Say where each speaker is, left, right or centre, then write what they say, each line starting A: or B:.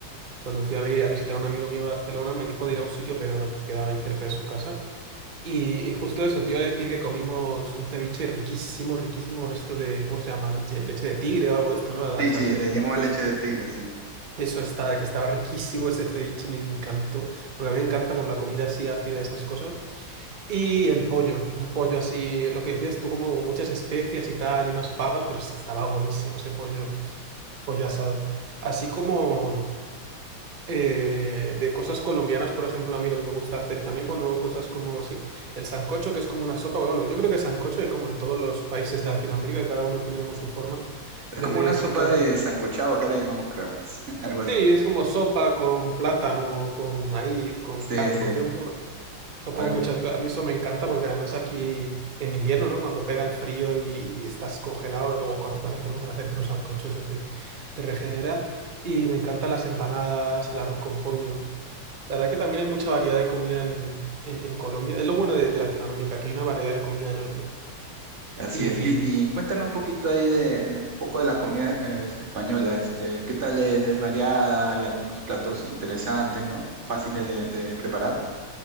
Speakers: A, on the right (about 70°); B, on the right (about 40°).
A: Cuando fui a, vi- a visitar a un amigo mío a Barcelona, me dijo de ir a un sitio peruano que quedaba ahí cerca de su casa. Y, y justo eso, te iba a decir que comimos un ceviche riquísimo, riquísimo con esto de, ¿cómo se llama? Leche, leche de tigre o algo de esto, ¿no? La
B: Sí,
A: sal-
B: sí,
A: el
B: le
A: juguito
B: llamamos leche
A: es,
B: de tigre, sí.
A: eso está, que estaba riquísimo ese ceviche, me encantó. Porque a mí me encanta como la comida así ácida, esas cosas. Y el pollo, un pollo así, lo que decías tú, como con muchas especias y tal, y unas papas, pero es que estaba buenísimo ese pollo, pollo asado. Así como eh, de cosas colombianas, por ejemplo, a mí lo que me gusta hacer también cuando hago cosas como así, el sancocho, que es como una sopa, bueno, yo creo que sancocho hay como en todos los países de Latinoamérica, cada uno tiene como su forma
B: Es
A: de
B: como
A: hacer
B: una
A: es
B: sopa
A: una...
B: de sancochado, acá la llamamos, creo. <laughs> Algo así.
A: Sí, es como sopa con plátano, con maíz, con
B: Sí,
A: carne,
B: sí,
A: con pe- un poco Sopa
B: algo.
A: con muchas cosas. A mí eso me encanta porque además aquí en invierno, ¿no? Cuando pega el frío y, y estás congelado o cuando estás enfermo, pues hacerte un sancocho, eso te, te regenera. Y me encantan las empanadas, el arroz con pollo. La verdad que también hay mucha variedad de comida en, en, en Colombia. Es lo bueno de, de Latinoamérica, que hay una variedad de comida enorme.
B: Así
A: Y,
B: es. Y, y cuéntame un poquito ahí de, de- un poco de la comida eh, española, este, ¿qué tal es? ¿Es variada? Hay algunos platos interesantes, ¿no? Fáciles de, de preparar.